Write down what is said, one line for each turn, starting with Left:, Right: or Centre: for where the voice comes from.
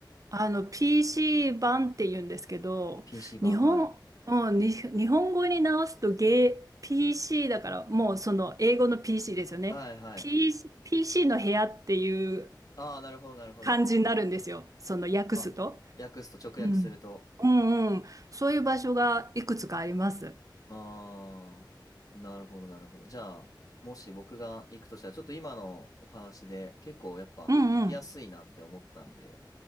Right: あの PC 版って言うんですけど、
Left: ?PC 版、
Right: 日本、
Left: はい。
Right: うん、に日本語に直すとゲー PC だからもうその英語の PC ですよね。
Left: はいはい。
Right: PC、PC の部屋っていう
Left: ああ、なるほど、なるほど。
Right: 感じになるんですよ。その訳すと。
Left: あ、訳すと、直訳すると。
Right: うん。うんうん。そういう場所がいくつかあります。
Left: ああ、なるほど、なるほど。じゃあ、もし僕が行くとしたら、ちょっと今のお話で、結構やっぱ行きやすいなって思ったんで、
Right: うんうん。